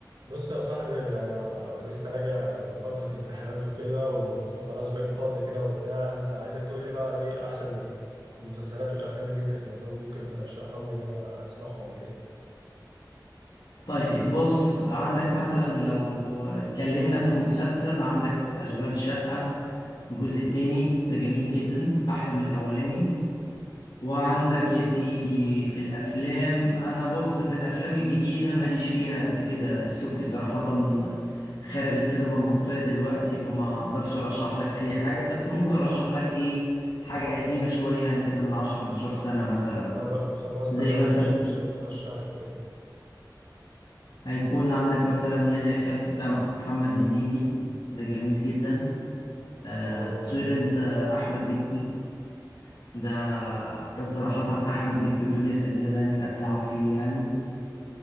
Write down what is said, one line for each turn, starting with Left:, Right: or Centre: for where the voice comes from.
Right: بص يا صاحبي انا لسه راجع من فتره امتحانات وكده وخلاص بقيت فاضي كده وبتاع انت عايزك تقول لي بقى ايه احسن المسلسلات والافلام اللي انت سمعتهم ممكن ترشحهم لي ان انا اسمعهم كده
Left: طيب بص عندك مثلا لو اتكلمنا في مسلسل عندك أشغال شقة الجزء التاني ده جميل جدا أحلى من الأولاني وعندك يا سيدي في الأفلام أنا بص في الأفلام الجديدة ماليش فيها قد كده السبكي صراحة خرب السينما المصرية دلوقتي فما أقدرش أرشح لك أي حاجة بس ممكن أرشح لك إيه حاجة قديمة شوية يعني كده من 10 15 سنة مثلا
Right: خلاص خلاص
Left: زي
Right: تمام
Left: مثلا
Right: ماشي رش- رشح لي كده
Left: هيكون عندك مثلا يانا يا خالتي بتاع محمد هنيدي ده جميل جدا آه،
Right: اه
Left: طير
Right: جامد
Left: انت احمد مكي ده ده صراحة احمد مكي ودنيا سمير غانم ابدعوا فيه يعني